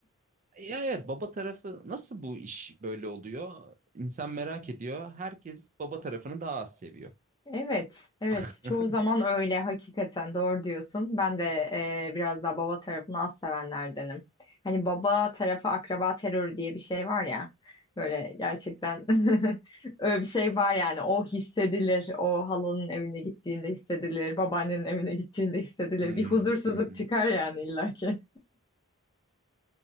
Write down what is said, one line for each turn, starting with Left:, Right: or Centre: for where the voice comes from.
Right: ya evet baba tarafı nasıl bu iş böyle oluyor? İnsan merak ediyor. Herkes baba tarafını daha az seviyor.
Left: Evet, evet.
Right: <laughs>
Left: Çoğu zaman öyle hakikaten doğru diyorsun. Ben de e, biraz daha baba tarafını az sevenlerdenim. Hani baba tarafı akraba terörü diye bir şey var ya. Böyle gerçekten <laughs> öyle bir şey var yani. O hissedilir. O halanın evine gittiğinde hissedilir. Babaannenin evine gittiğinde hissedilir.
Right: Hmm,
Left: Bir huzursuzluk
Right: hı hı.
Left: çıkar yani illaki.